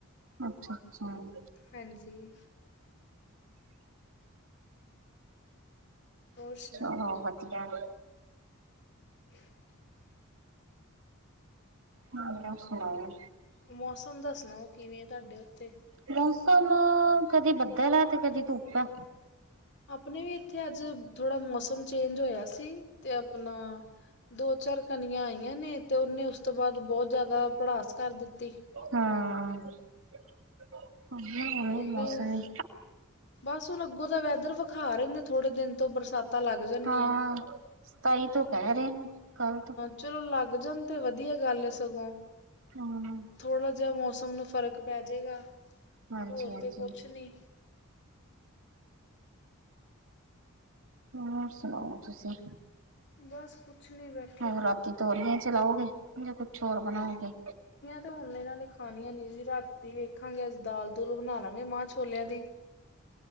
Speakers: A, on the right; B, on the left.
A: ਅੱਛਾ, ਅੱਛਾ ਹੂੰ।
B: ਹਾਂਜੀ ਹੋਰ ਸੁਣਾਓ
A: ਚਲੋ ਵਧੀਆ ਐ।
B: <inaudible>
A: ਹੋਰ ਸੁਣਾਓ?
B: ਮੌਸਮ ਦੱਸਣਾ ਔਹ ਕਿਵੇਂ ਹੈ ਤੁਹਾਡੇ ਉੱਥੇ।
A: ਮੌਸਮ ਕਦੀ ਬੱਦਲ ਹੈ, ਤੇ ਕਦੀ ਧੂੱਪ ਹੈ।
B: ਆਪਣੇ ਵੀ ਇੱਥੇ ਅੱਜ ਥੋੜ੍ਹਾ ਮੌਸਮ ਚੇਂਜ ਹੋਇਆ ਸੀ, ਤੇ ਅਪਣਾ ਦੋ ਚਾਰ ਕਣੀਆਂ ਆਈਆਂ ਨੇ, ਤੇ ਉਹਨੇ ਉਸ ਤੋਂ ਬਾਅਦ ਬਹੁਤ ਜ਼ਿਆਦਾ ਪੜਾਸ ਕਰ ਦਿੱਤੀ।
A: ਹਾਂ। <unintelligible>
B: ਔਦਰ,
A: ਮੌਸਮ ਹੀ
B: ਬਸ ਹੁਣ ਅੱਗੋਂ ਦਾ ਵੈਦਰ ਵਿਖਾ ਰਹੇ ਨੇ ਥੋੜੇ ਦਿਨ ਤੋਂ ਬਰਸਾਤ ਬਰਸਾਤਾਂ ਲੱਗ ਜਾਣ
A: ਹਾਂ
B: ਗਿਆਂ।
A: ਸਤਾਈ ਤੋਂ ਕਹਿ ਰਹੇ ਨੇ ਕੱਲ ਤੋਂ
B: ਚਲੋ ਲੱਗ ਜਾਣ ਤੇ ਵਧੀਆ ਗੱਲ ਹੈ ਸਗੋਂ।
A: ਹਮ।
B: ਥੋੜ੍ਹਾ ਜਿਹਾ ਮੌਸਮ ਨੂੰ ਫ਼ਰਕ ਪੈ ਜਾਗਾ,
A: ਹਾਂਜੀ
B: ਹੋਰ
A: ਹਾਂਜੀ
B: ਤਾਂ ਕੁਛ ਨਹੀਂ।
A: ਹੋਰ ਸੁਣਾਓ ਤੁਸੀਂ?
B: ਬਸ ਕੁਛ ਨਹੀਂ ਬੈਠਾ
A: ਹੋ ਰਾਤੀ ਤੋਰੀਏ ਚਲਾਓਗੇ, ਜਾ ਕੁਛ ਹੋਰ ਬਣਾਓਗੇ।
B: ਤੇ ਹੁਣ ਇਹਨਾਂ ਨੇ ਖਾਣੀਆਂ ਨਹੀਂ ਜੀ, ਰਾਤੀ ਵੇਖਾਂਗੇ ਆੱਜ ਦਾਲ ਦੁਲ ਬਣਾ ਲਾਂਗੇ ਮਾਂ ਛੋਲਿਆਂ ਦੀ।